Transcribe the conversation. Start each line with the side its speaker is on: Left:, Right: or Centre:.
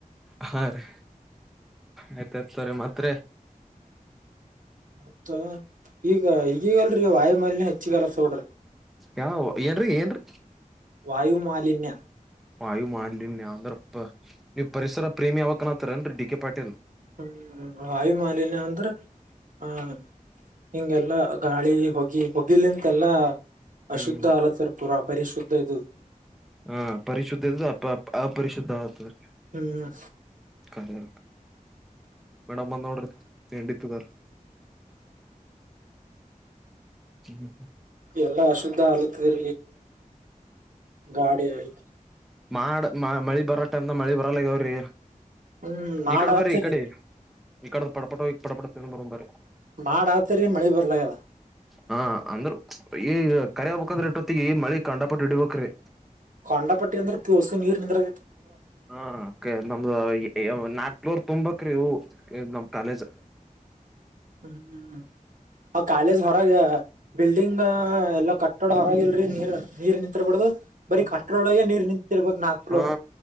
Centre: ಹಾ ರೀ ಆಯ್ತಾಯ್ತತ್ರ ಮಾತ್ರ
Right: ಮತ್ತ ಈಗ ಈಗಗಲ್ರಿೀ ವಾಯುಮಲ್ನ್ ಹೆಚ್ಚಿಗಲತ್ ತೋಡ್ರಿ
Centre: ಯಾವ ಏನ್ರೀ ಏನ್ರಿ
Right: ವಾಯು ಮಾಲಿಿನ್ಯ
Centre: ಆಯ್ ಮಾಡ್ಲನ್ ನೀ ಅಂದ್ರ ನೀವು ಪರಿಸರ ಪ್ರೇಮಿ ಯಾವಕನತ್ತರ ಅನ್ರಿ ಡಿ ಕೆ ಪಾಟಿ
Right: ಹ್ಮ್ಮ ಹಾಯಿ ಮಾಲಿಿನಯ ಅಂದ್ರೆ ಆ ಹಿಂಗೆಲ್ಲಾ ಗಾಳಿ ಹೊೋಗಿ ಹೋಗಿಲಿಂತೆ ಎಲ್ಲಾ
Centre: ಹ್ಮ್
Right: ಅಶುದ್ಧ ಅಲ್ಲ ಸರ್ ಪುರ ಅ ಪರಿಶುದ್ಧ ಇದು
Centre: ಹಾ ಪರಿಶುದ್ಧು ಅ ಅಪರಿಶುದ್ಧ ಆಗ್ತದೆ
Right: ಹ್ಮ್
Centre: ಕಾರ್ಯ ಮೇಡಮ ಬಂದೋ ವೇಿಟ್ಟಾರೆ ಹ್ಮ
Right: ಎಲ್ಲಾ ಅಶುದ್ಧ ಆಲತದ್ರ ಗಾಡಿ ಆಯ
Centre: ಮಾಡ ಮಳಿ ಬರ ಟೈಮ ಮಳಿ ಬರಲ್ಲಗಾವ್ರಿ
Right: ಹ್ಮ್ ಮಾಡ
Centre: ಈಕಡೆ ಬರಿ
Right: ಆತರಿ
Centre: ಈ ಕಡೆ ಇಕಡೆದ ಪಡಪಟೋ ಪಡಪಟೋ ತಿಿಂದ ಬರು ಬಾರೆ
Right: ಮಾಡ ಆತರಿ ಮಳಿ ಬರ್ಲಾಗ್ಯದ
Centre: ಹಾ ಅಂದ್ರು ಈ ಕರಿ ಹೋಗ್ಬೇಕಂದ್ರೆ ಇಟ್ಟೊತ್ತಿಗೆ ಮಳಿ ಕಂಡಪಟ್ಟ ಇಡಿಬೇಕ್ರಿ
Right: ಕೊಂಡಾ ಪಟ್ಟಿ ಅಂದ್ರೆ ತೋಸು ನೀರ್ ನಿಂದ್ರ
Centre: ಹಾ ನಮ್ದ ನಾಕ್ಲೂರ್ ತುಂಬಕ್ರೀವು ನ ಕಾಲಜ
Right: ಹ್ಮ ಕಾಲೇಜ್ ಹೊರ ಬಿಲ್ಡಿಂಗ್ ಎಲ್ಲ ಕಟ್ಟಡ ಆರಾಗಿಲ್ರರಿ ನೀರ್ ನೀರ್ ನಿಂತಿರ್ಬಾರಡ್ದು ಬರೀ ಕಟ್ಟಡೊಳಗೆ ನೀರ್ ನಿ ತಿರುಪಗ್ ನಾಕ್ ಫ್ಲೋರ್
Centre: ಹಾ